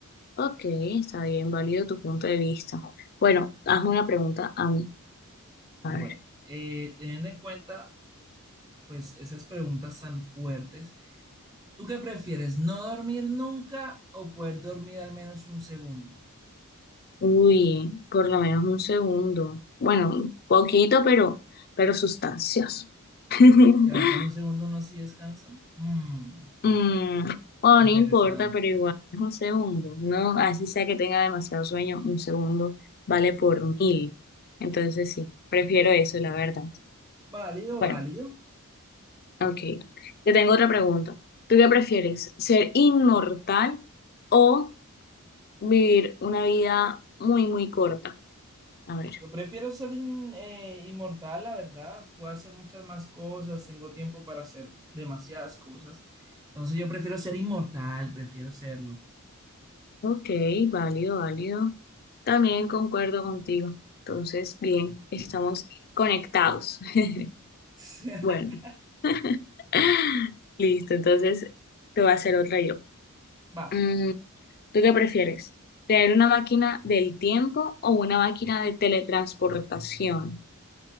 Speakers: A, on the left; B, on the right.
A: Ok, está bien, válido tu punto de vista. Bueno, hazme una pregunta a mí. A
B: Bueno,
A: ver.
B: eh, teniendo en cuenta, pues esas preguntas tan fuertes. ¿Tú qué prefieres? ¿No dormir nunca o poder dormir al menos un segundo?
A: Uy, por lo menos un segundo. Bueno, un poquito, pero, pero sustancioso. <laughs>
B: ¿Será que en un segundo uno sí descansa? Mm,
A: Mm, bueno,
B: interesante.
A: no importa, pero igual es un segundo, ¿no? Así sea que tenga demasiado sueño, un segundo vale por mil. Entonces sí, prefiero eso, la verdad.
B: Válido,
A: Bueno,
B: válido.
A: ok. Te tengo otra pregunta. ¿Tú qué prefieres? ¿Ser inmortal o vivir una vida muy, muy corta? A ver.
B: Yo prefiero ser in- eh, inmortal, la verdad. Puedo hacer muchas más cosas, tengo tiempo para hacer demasiadas cosas. Entonces yo prefiero ser inmortal, prefiero serlo.
A: Ok, válido, válido. También concuerdo contigo. Entonces, bien, estamos conectados. <laughs>
B: <laughs>
A: Bueno. <laughs> Listo, entonces te voy a hacer otra yo.
B: Va.
A: Mm, ¿tú qué prefieres? ¿Tener una máquina del tiempo o una máquina de teletransportación?